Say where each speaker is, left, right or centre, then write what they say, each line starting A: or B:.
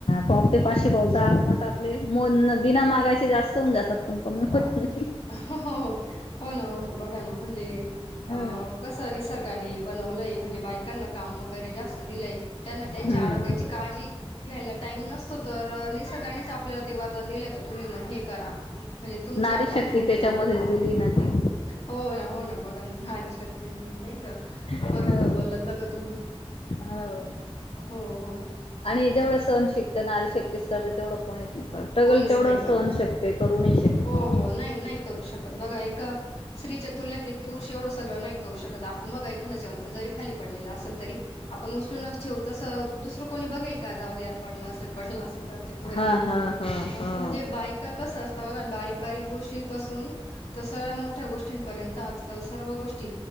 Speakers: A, on the left; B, on the left.
A: पोपते पाशे बोलता आमात आपले मो बिना मागायचे जास्त होऊन जातात पण कमी होत नाही.
B: हो ना हो ना बघा ना म्हणजे
A: हा
B: अ कस निसर्गाने ब नवले म्हणजे बायकांना काम वगैरे जास्त दिले त्यांना त्या
A: हम्म
B: आरोग्याची काळजी घ्यायला टाईम नसतो तर निसर्गानेच आपल्याला ते वरदान दि तुम्ही मग हे करा म्हणजे तुम
A: नारी
B: पप
A: शक्ती
B: होऊन
A: त्याच्यामध्येच
B: जाईल बघा ना
A: दिली ती.
B: हो ना हो ना बघा ना नारी शक्ती दिली नाही ग
A: हो.
B: बरोबर बोललात बघा तुम्ही
A: हो.
B: हो.
A: आणि जेवढं सण शिकतं नारी शक्तीच करतं तेवढं कोणीच नाही. टगल
B: कोणीच
A: तेवढं
B: नाही
A: असं
B: करत
A: अनू शकते करू नाही शकत
B: हो
A: बॉ.
B: हो नाही नाही करू शकत बघा एका स्त्रीच्या तुलनेत एक पुरुष एवढं सगळं नाही करू शकत आपण बघा एखादा चमचा जरी खाली पडलेला असेल तरी आपण उचलूनचेू तसं दुसरं कोणी बघी एका जाऊ देर पडला असेल पडला असेल तर पुढे
A: हा
B: निघून
A: हा हा
B: असं
A: हा.
B: म्हणजे बायका कस असत बघ बारीक बारीक गोष्टी पासून तर सगळ्या मोठ्या गोष्टींपर्यंत त आजकाल सर्व गोष्टी